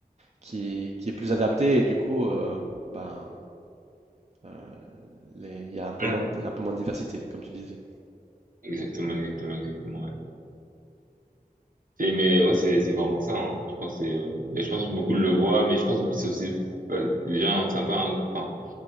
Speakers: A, on the right; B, on the right.
A: qui, qui est plus adapté et du coup, euh, ben, euh, les- il y a un peu
B: Ouais.
A: moins de, un peu moins de diversité, comme tu disais.
B: Exactement, exactement, exactement, ouais. C'est- mais ouais, c'est c'est vraiment ça. hein. Je pense que c'est, euh, mais je pense que beaucoup le voient, mais je pense que c'est aussi euh, les gens, c'est un peu, un- enfin,